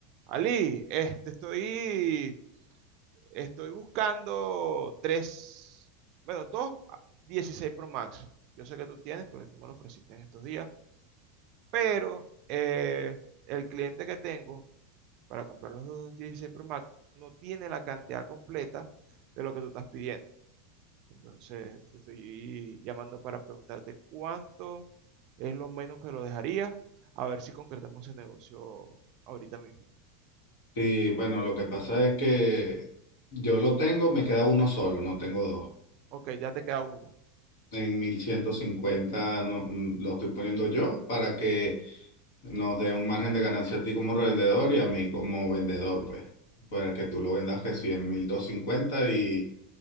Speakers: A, on the right; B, on the left.
A: Ali, este, estoy, estoy buscando tres, bueno, dos ah, dieciséis Pro Max. Yo sé que tú tienes porque tú me lo ofreciste en estos días, pero eh, el cliente que tengo para comprar los dos dieciséis Pro Max no tiene la cantidad completa de lo que tú estás pidiendo. Entonces, te estoy llamando para preguntarte cuánto es lo menos que lo dejaría, a ver si concretamos el negocio ahorita mismo.
B: Sí, bueno, lo que pasa es que yo lo tengo, me queda uno solo, no tengo dos.
A: Ok, ya te queda uno.
B: En 1150 no, mm, lo estoy poniendo yo para que nos dé un margen de ganancia a ti como revendedor y a mí como vendedor, pues. Para que tú lo vendas que sí en 1250 y